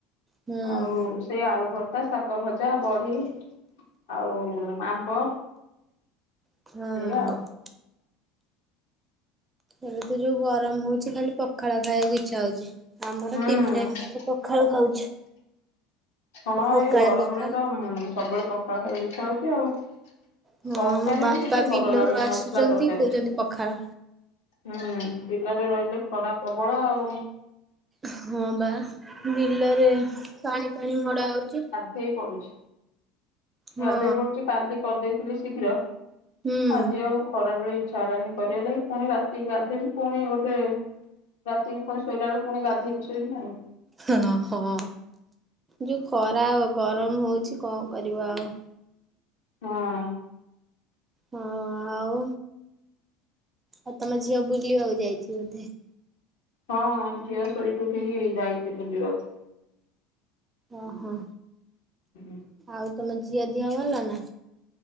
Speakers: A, on the right; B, on the left.
A: ହୁଁ
B: ଆଉ ସେଇ ଆଳୁ ଭର୍ତ୍ତା ଶାଗ ଭଜା ବଢି ଆଉ ଆମ୍ବ।
A: ହୁଁ।
B: ଏଇଆ ଆଉ
A: ଏବେ ତ ଯୋଉ ଗରମ ହଉଚି ଖାଲି ପଖାଳ ଖାଇବାକୁ ଇଚ୍ଛା ହଉଚି। ଆମର
B: ହୁଁ
A: ତିନି ଟାଇମ ଯାକ ପଖାଳ ଖାଉଛୁ।
B: ହଁ
A: ସକାଳେ
B: ଏ ଗରମରେ
A: ପଖାଳ
B: ତ ସବୁବେଳେ ପଖାଳ ଖାଇବାକୁ ଇଛା ହଉଚି ଆଉ।
A: ହଁ
B: ତରକାରୀ
A: ମୋ ବାପା
B: ବି କିଛି ଭଲ
A: ବିଲରୁ
B: ଲାଗୁନି
A: ଆସୁଛନ୍ତି
B: ମସଲା ତରକାରୀ।
A: କହୁଛନ୍ତି ପଖାଳ
B: ହୁଁ, ବିଲରେ ରହିଲେ ଖରା ପ୍ରବଳ ଆଉ।
A: ହଁ ବା ବିଲରେ ପାଣି ପାଣି ମଡା ହଉଚି।
B: ହେଇ ପଡୁଛି
A: ହଁ
B: ଗାଧେଇ ପଡୁଛି କାଲି କରିଦେଇଥିଲି ଶୀଘ୍ର।
A: ହୁଁ।
B: ଆଜି ଆଉ ଖରା ବେଳେ ଇଚ୍ଛା ହେଲାନି କରିବା ଲାଗି। ପୁଣି ରାତିକି ଗାଧେଇମି ପୁଣି ଗୋଟେ ରାତିକି ପୁଣି ଶୋଇଲା ବେଳୁକୁ ପୁଣି ଗାଧେଇକି ଶୋଇମି ଆଉ।
A: ହଁହୋ ଯୋଉ ଖରା ଗରମ ହଉଚି କଣ କରିବା ଆଉ?
B: ହଁ।
A: ହଁ, ଆଉ ଆଉ ତମ ଝିଅ ବୁଲିବାକୁ ଯାଇଛି ବୋଧେ?
B: ହଁ ଝିଅ ଶୋଇକି ଉଠିକି ଯାଇଛି ବୁଲିବାକୁ।
A: ଅଁହଁ
B: ହୁଁ।
A: ଆଉ ତମ ଝିଅ ଦିହ ଭଲ ନା।